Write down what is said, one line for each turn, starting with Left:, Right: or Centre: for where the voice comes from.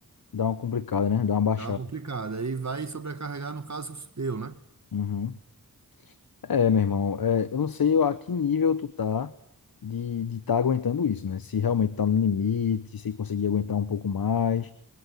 Left: dá uma complicada, né? Dá uma baixada.
Right: Tá complicado. Aí vai sobrecarregar, no caso, eu, né?
Left: Uhum. É, meu irmão, é, eu não sei a que nível tu tá de de tá aguentando isso, né? Se realmente tá no limite, se conseguir aguentar um pouco mais,